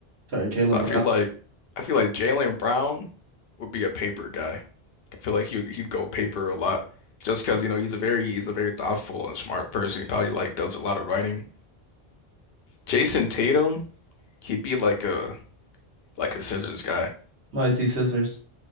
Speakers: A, on the right; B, on the left.
A: sorry, Jalen
B: So I
A: Brown.
B: feel like I feel like Jaylen Brown would be a paper guy. I feel like he he'd go paper a lot just because you know he's a very he's a very thoughtful and smart person. He probably like does a lot of writing. Jason Tatum, he'd be like a like a scissors guy.
A: Why is he scissors?